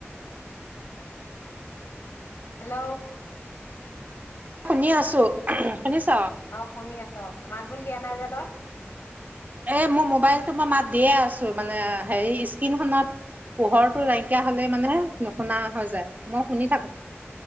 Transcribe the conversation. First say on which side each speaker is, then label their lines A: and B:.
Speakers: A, on the left (about 85°); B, on the right (about 40°).
A: হেল্ল'।
B: শুনি আছোঁ, শুনিছ'?
A: অ', শুনি আছ' মাত বোল দিয়া নাই যে তই।
B: এ মোৰ মোবাইলটো মই মাত দিয়ে আছোঁ মানে হেৰি স্কিণখনত পোহৰটো নাইকিয়া হ'লে মানে নুশুনা হৈ যায়, মই শুনি থাকোঁ।